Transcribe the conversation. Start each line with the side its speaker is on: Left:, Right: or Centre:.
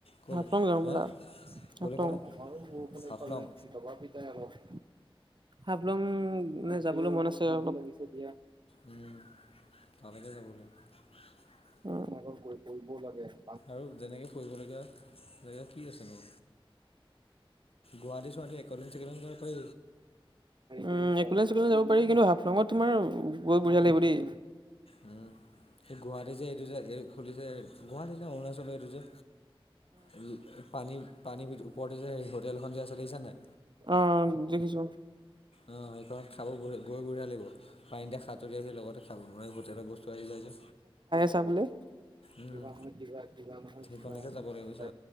Left: ক'লে
Right: হাফলং যাওঁ
Left: হা
Right: বলা। <unintelligible>
Left: ক'লে
Right: আমাৰো
Left: ক'লে
Right: বৰষুণে
Left: হাফলং।
Right: পালে দবাপিতাই হওক। হাফলং নে যাবলৈ মন আছে আৰু <unintelligible> দিয়া।
Left: উম আমি এতিয়া যাব <unintelligible>
Right: <unintelligible>
Left: আৰু যেনেকে কৰিবলগীয়া জেগা কি আছেনো? গুৱাহাটী চুৱাহাটী এক'লেণ্ড চেক'লেণ্ড যাব পাৰি।
Right: উ এক'লেণ্ড চেক'লেণ্ড যাব পাৰি, কিন্তু হাফলংত তোমাৰ গৈ বঢ়িয়া লাগিব দেই।
Left: উম, এই গুৱাহাটী যে এইটো যে হে এইটো যে গুৱাহাটীনে অৰুনাচলৰ এইটো যে উম, পানী-পানী ওপৰতে যে এই হোটেল খন যে আছে দেখিছানে নাই?
Right: অ', দেখিছো।
Left: অ', হেইখনত খাব বঢ়ি-গৈ বঢ়িয়া লাগিব। পানীতে সাঁতুৰি আহি লগতে খাব পৰা হোটেলৰ বস্তু আহি যায় যে।
Right: চাবলে
Left: উম,
Right: কিবা বোলে কিবা নহয় কিবা, কিবা নহয়
Left: সেইখনলৈকে
Right: কিবা
Left: যাব লাগিব বুজিছা